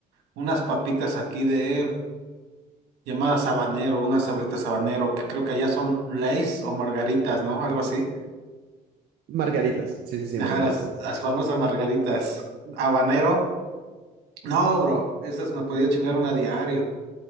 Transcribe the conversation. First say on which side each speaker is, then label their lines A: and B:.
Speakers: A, on the right; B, on the right.
A: unas papitas aquí de llamadas habanero, unas sabritas habanero, que creo que allá son Lays o margaritas, ¿no? Algo así.
B: Margaritas, sí, sí, sí,
A: Ajá,
B: margaritas.
A: las, las famosas margaritas. Habanero. No, bro, esas me podía chingar una diario. <laughs>